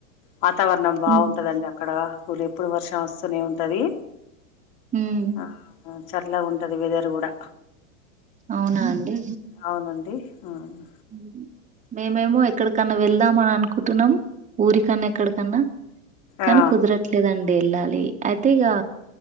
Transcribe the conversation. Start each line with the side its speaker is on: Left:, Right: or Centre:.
Left: వాతావరణం బావుంటదండక్కడ
Right: ఉ
Left: ఊళ్ళ ఎప్పుడు వర్షం వస్తూనే ఉంటది
Right: ఉమ్
Left: ఆ చల్ల ఉంటది వెదర్ గూడా
Right: అవునా అండి
Left: అవునండి హ్మ్మ్
Right: ఉహు మేమేమో ఎక్కడికన్ వెళ్దామా అనుకుటున్నాం ఊరికన్నా ఎక్కడికన్నా కానీ
Left: ఆ
Right: కుదర ట్లేదండి ఎళ్ళాలి అయితీగా